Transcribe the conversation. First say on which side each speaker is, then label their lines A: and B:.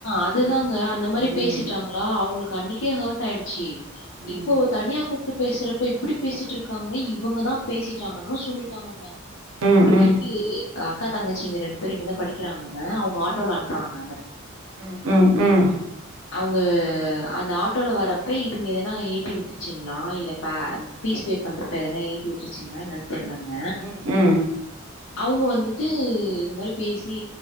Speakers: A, on the left (about 75°); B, on the right (about 85°).
A: அதுதாங்க அந்த மாரி
B: ம்
A: பேசிட்டாங்களா அவங்குளுக்கு அன்னிக்கே ஹர்ட் ஆயிடுச்சி
B: ம்
A: இப்போ தனியா கூப் ட்டு பேசுறப்ப எப்டி பேசிட்ருக்காங்க இவங்கதா பேசிட்டாங்கன்னு சொல்லிட்டாங்கங்க
B: ம்
A: ஒரு கிட்டி
B: ம்
A: அக்கா தங்கச்சிங்க ரெண்டு பேர் இங்கதா படிக்கிறாங்க ஆ அவுங்க ஆட்டோல
B: ம்
A: அனுப்புவாங்க அந்தட்
B: ம் ம் ம்
A: அவுங்க அந்த ஆட்டோல வர்றப்ப இதுங்க எதனா ஏத்தி விட்டுச்சிங்ளா இல்ல பே பீஸ் பே பண்றப்ப எதனா ஏத்தி விட்ருச்சீங்னா என்னன் தெர்லங்க
B: ம் ம்
A: அவுங்க வந்துட்டு இது மாரி பேசி